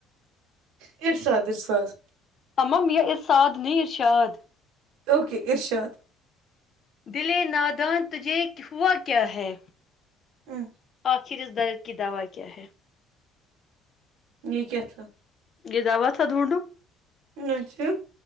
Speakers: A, on the right (about 85°); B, on the left (about 30°).
A: ارساد ارساد
B: سمام یہ اصاد ن اشاد
A: اوکے ارشاد
B: دلے نادان تجھے ہوا کیا ہے
A: ہوں
B: آخر اس درد کی دوعا کیا ہے
A: یہ کیا تھاا
B: یہ داو تھا دھونڈو
A: اچھا